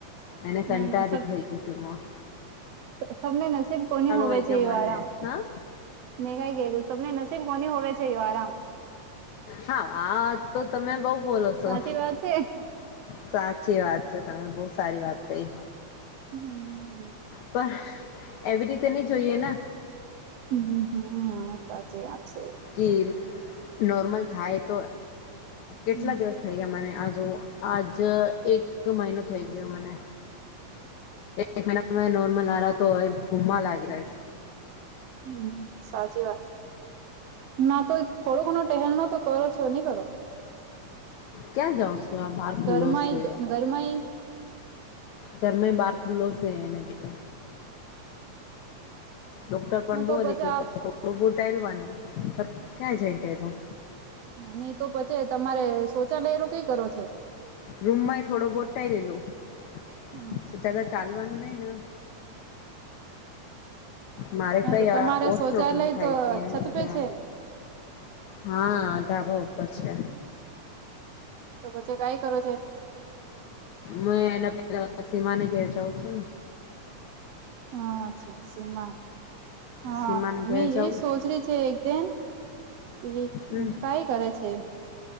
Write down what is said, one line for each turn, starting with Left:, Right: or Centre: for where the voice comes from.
Left: એને કંટાળ
Right: ના ના સબ
Left: હોઈ ગય તુંમાં.
Right: સબને નસીબ કોની હોવે
Left: હોય
Right: છે
Left: ગયો
Right: એવો
Left: મને
Right: આરામ.
Left: હા
Right: મેં કર્યું સ. તમને નસીબ કોની હોવે છે આરામ
Left: હા આ વાત તો તમે બઉ બોલો છો
Right: સાચી વાત છે
Left: સાચી વાત છે તમે બહુ સારી વાત કહી
Right: હમ
Left: પણ એવી રીતે નહિ જોઈએ ને
Right: હ હ સાચી વાત છે
Left: કે નોર્મલ થાય તો કેટલા
Right: હમ
Left: દિવસ થઇ ગયા મને આ જોવો આજ એક મહિનો થઈ ગયો મને એક મહિના નોર્મલ આરા તો <inaudible> લાગી રહ્યા છ-
Right: હ સાચી વાત ના તો થોડો ઘણો ટહેલનો તો કરો છો નહી કરો
Left: ક્યાં જાઓસો આ બાર ખુલ્લો
Right: ઘરમાંય
Left: છે
Right: ઘરમાંય
Left: ઘરમાં બહાર ખુલ્લો સે નતે ડોક્ટર પણ
Right: ના
Left: બોલે
Right: તો પછી
Left: કે
Right: આપ
Left: થોડું <inaudible> ટલવાનું ક્યાં જ તેનું
Right: નહી તો પછી તમારે શૌચાલયનું કઈ કરું છે
Left: રૂમમાં થોડો બોટ <unintelligible>
Right: અચ્છા
Left: જતા ચાલવાનું નહીં ને <inaudible> મારે
Right: ના
Left: કઈ
Right: તો તમારે
Left: આ ઓર
Right: શૌચાલય
Left: પ્રોબ્લેમ થાય
Right: તો
Left: કે એને
Right: છત
Left: લીધે
Right: પે છે ને
Left: હા ધાબા ઉપર છે
Right: તો પછી કઈ કરો છે
Left: મે એના પેલા સીમાની ઘેર જઉં છે
Right: હા અચ્છા સીમા હા
Left: સીમાને ઘેર
Right: મેં
Left: જાઉં
Right: એ સોચ રહી છે <unintelligible>
Left: હમ
Right: કઈ કરે છે